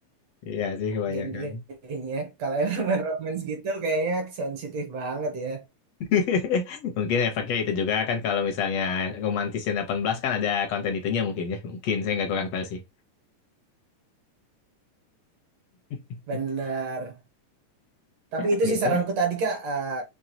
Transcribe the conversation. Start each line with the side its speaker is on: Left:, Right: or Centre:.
Left: Iya sih kebanyakan.
Right: genrenya kalau yang romance gitu kayaknya sensitif banget ya
Left: <laughs> Mungkin efeknya itu juga kan kalau misalnya romantis yang 18 kan ada konten itunya mungkin ya. Mungkin saya nggak kurang tahu sih. <laughs>
Right: bener tapi
Left: Ya,
Right: itu
Left: gitu
Right: sih saranku
Left: lah.
Right: tadi kak eh,